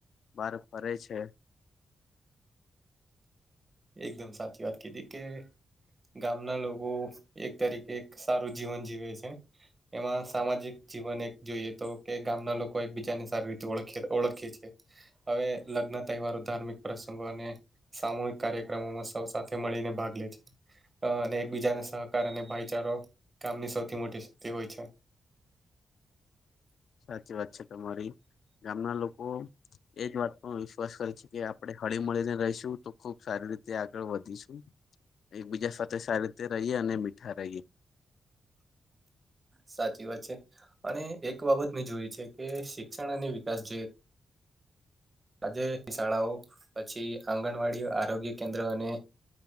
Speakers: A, on the left; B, on the right.
A: બહાર ફરે છે
B: એકદમ સાચી વાત કીધી કે ગામના લોકો એક તરીકે સારું જીવન જીવે છે એમાં સામાજિક જીવન એક જોઈએ તો કે ગામના લોકો એકબીજાને સારી રીતે ઓખ ઓળખે છે હવે લગ્ન તહેવારો ધાર્મિક પ્રસંગો અને સામૂહિક કાર્ય કાર્યક્રમોમાં સૌ સાથે મળીને ભાગ લે છે અ અને એકબીજાને સહકાર અને ભાઈચારો કામની સૌથી મોટી શક્તિ હોય છે
A: સાચી વાત છે તમારી ગામના લોકો એ જ વાત પર વિશ્વાસ કરે છે કે આપણે હળી મળીને રહીશું તો ખુબ સારી રીતે આગળ વધીશું એકબીજા સાથે સારી રીતે રહીએ અને મીઠા રહીએ
B: સાચી વાત છે અને એક બાબત મેં જોઈ છે કે શિક્ષણ અને વિકાસ જે આજે શાળાઓ પછી આંગણવાડી આરોગ્ય કેન્દ્ર અને